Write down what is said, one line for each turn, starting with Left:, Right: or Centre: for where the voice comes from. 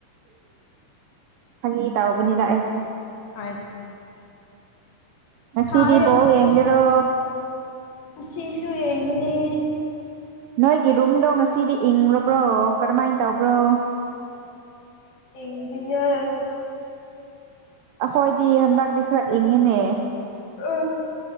Right: ꯐꯥꯒꯤ ꯇꯧꯕꯅꯤꯅ ꯑꯩꯁꯨ
Left: ꯍꯣꯏꯗ
Right: ꯉꯁꯤꯗꯤ
Left: ꯁꯥꯏꯌꯦ
Right: ꯕꯣꯜ
Left: ꯑꯁ
Right: ꯌꯦꯡꯒꯦꯔꯣ
Left: ꯑꯁꯤꯁꯨ ꯌꯦꯡꯒꯅꯤ
Right: ꯅꯣꯏꯒꯤ ꯔꯨꯝꯗꯣ ꯉꯁꯤꯗꯤ ꯏꯪꯔꯕ꯭ꯔꯣ ꯀꯔꯝꯍꯥꯏ ꯇꯧꯕ꯭ꯔꯣ
Left: ꯏꯪꯗꯤꯌꯦ
Right: ꯑꯩꯈꯣꯏꯗꯤ ꯍꯟꯗꯛꯇꯤ ꯈꯔ ꯏꯪꯉꯤꯅꯦ
Left: ꯑ